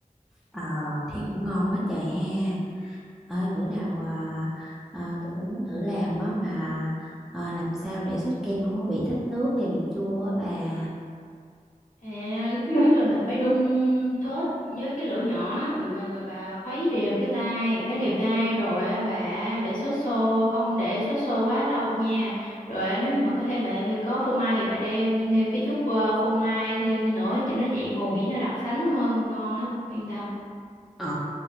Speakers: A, in the centre; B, on the left.
A: Ờ, thấy cũng ngon quá trời ha. Ơi bữa nào ờ, ờ, tôi cũng muốn thử làm á mà ờ, làm sao để sốt kem không có bị thách nước hay bị chua á bà.
B: À, biết biết là mình phải đun sốt với cái lửa nhỏ mình bà, bà bà khuấy đều cái tay khuấy đều tay rồi á, bà để sốt sôi không để sốt sôi quá lâu nha rồi á, nếu như mà có thêm mà có phô mai thì bà đem thêm cái chút ờ, phô mai thêm nữa cho nó dậy mùi với nó đặc sánh hơn ngon lắm yên tâm
A: Ờ,